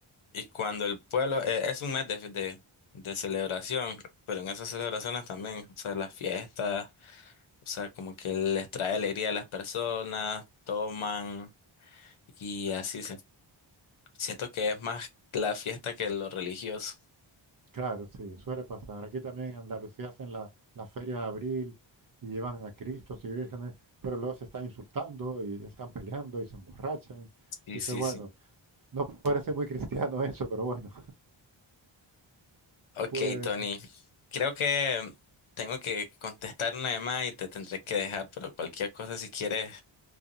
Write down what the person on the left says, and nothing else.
y cuando el pueblo, e- es un mes de, de, de celebración, pero en esas celebraciones también, o sea, las fiestas, o sea, como que les trae alegría a las personas, toman y así. Siento que es más la fiesta que lo religioso.
Sí,
sí,
sí.
Ok,
Tony. Creo que tengo que contestar una llamada y te tendré que dejar, pero cualquier cosa, si quieres,